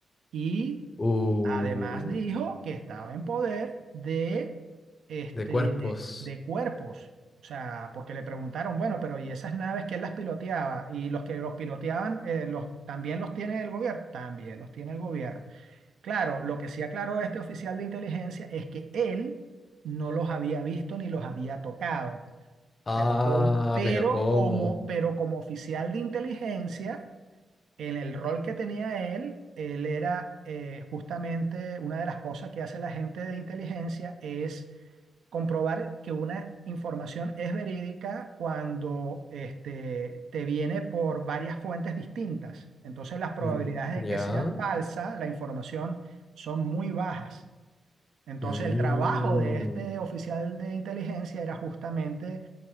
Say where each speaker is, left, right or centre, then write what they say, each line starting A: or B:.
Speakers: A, on the right (about 80°); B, on the left (about 40°).
A: y
B: Uh,
A: además dijo que estaba en poder de, este,
B: de cuerpos.
A: de cuerpos. O sea, porque le preguntaron, bueno, pero ¿y esas naves quién las piloteaba? Y los que los piloteaban, eh, los, ¿también los tiene el gobierno? También los tiene el gobierno. Claro, lo que sí aclaró este oficial de inteligencia es que él no los había visto ni los había tocado.
B: Ah,
A: Com- Pero
B: pero ¿cómo?
A: como, pero como oficial de inteligencia, en el rol que tenía él, él era eh, justamente una de las cosas que hace la gente de inteligencia es comprobar que una información es verídica cuando este, te viene por varias fuentes distintas. Entonces las probabilidades
B: Mm,
A: de
B: ya.
A: que sea falsa la información son muy bajas. Entonces
B: Mm.
A: el trabajo de este oficial de inteligencia era justamente